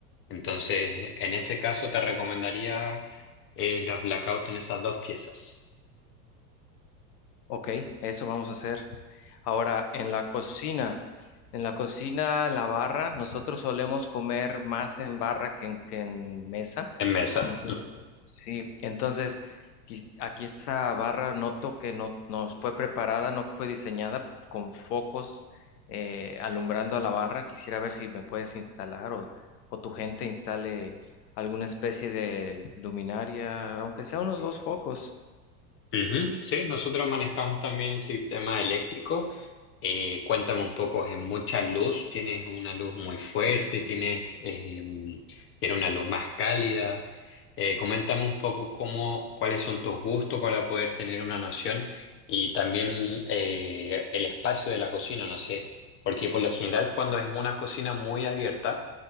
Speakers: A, on the left (about 30°); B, on the left (about 75°).
A: Entonces, en ese caso te recomendaría eh, los blackouts en esas dos piezas.
B: Ok, eso vamos a hacer. Ahora, en la cocina, en la cocina, en la barra, nosotros solemos comer más en barra que en, que en mesa.
A: En mesa.
B: No sé. Sí, entonces quis- aquí esta barra noto que no nos fue preparada, no fue diseñada con focos eh, alumbrando a la barra. Quisiera ver si me puedes instalar o, o tu gente instale alguna especie de luminaria, aunque sea unos dos focos.
A: Ujú. Sí, nosotros manejamos también el sistema eléctrico. Eh, cuéntame un poco, ¿es mucha luz? ¿Tienes una luz muy fuerte? ¿Tienes eh, ¿quieres una luz más cálida? Eh, coméntame un poco cómo, cuáles son tus gustos para poder tener una noción y también eh, el espacio de la cocina, no sé, porque por lo general cuando es una cocina muy abierta,